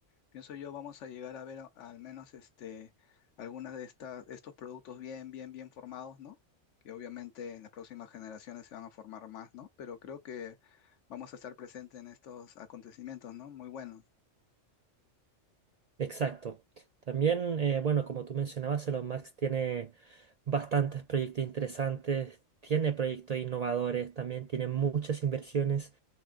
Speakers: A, on the left; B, on the right.
A: Pienso yo, vamos a llegar a ver a- al menos este, algunas de estas, estos productos bien, bien, bien formados, ¿no? Que obviamente en las próximas generaciones se van a formar más, ¿no? Pero creo que vamos a estar presentes en estos acontecimientos, ¿no? Muy buenos.
B: Exacto. También, eh, bueno, como tú mencionabas, Elon Musk tiene bastantes proyectos interesantes, tiene proyectos innovadores, también tiene muchas inversiones.